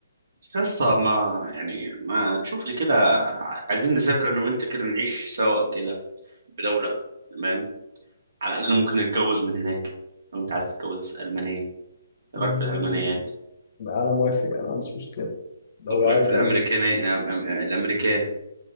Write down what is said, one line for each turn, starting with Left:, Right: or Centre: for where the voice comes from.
Right: بس يا اسطى ما يعني ما تشوف لي كده عايزين نسافر انا وانت كده نعيش سوا كده بدولة تمام على الاقل ممكن نتجوز من هناك لو انت عايز تتجوز المانية ايه
Left: أمم،
Right: رايك في الالمانيات
Left: أنا موافق أنا ما عنديش مشكلة لو
Right: طب ايه
Left: عايز
Right: رايك في الامريكان
Left: ألمان
Right: أم- أم- الامريكان